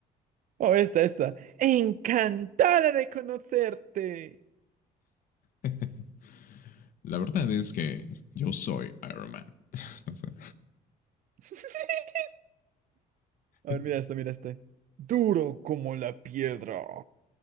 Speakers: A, on the right; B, on the left.
A: Oh, esta, esta. Encantada de conocerte.
B: <laughs> la verdad es que yo soy Iron Man. O sea,
A: <laughs> A
B: <laughs>
A: ver, mira este, mira este. Duro como la piedra.